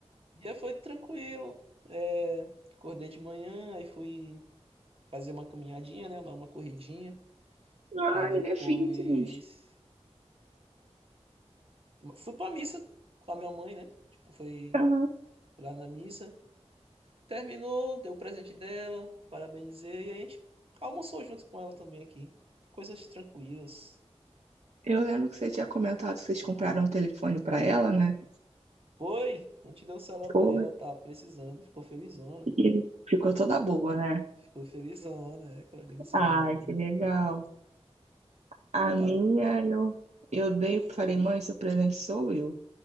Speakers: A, on the right; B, on the right.
A: o dia foi tranquilo. É, acordei de manhã, aí fui fazer uma caminhadinha, né? Dar uma corridinha.
B: Ah,
A: Aí depois
B: ele é filho fitness.
A: fui pra missa com a minha mãe, né? Tipo, fui
B: Aham.
A: lá na missa. Terminou, deu o presente dela, parabenizei, e a gente almoçou junto com ela também aqui. Coisas tranquilas.
B: Eu lembro que você tinha comentado que vocês compraram um telefone pra ela, né?
A: Foi, a gente deu um celular pra
B: Pô,
A: ela, ela tava precisando, ficou felizona.
B: e ficou toda boba, né?
A: Ficou felizona, é, que ela ganhou um celular
B: Ai,
A: novo.
B: que legal. A
A: Tava
B: minha, eu, eu dei, falei, mãe, seu presente sou eu.